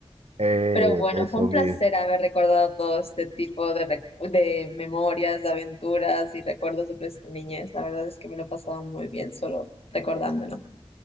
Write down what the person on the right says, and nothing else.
eh,
eso,
mire,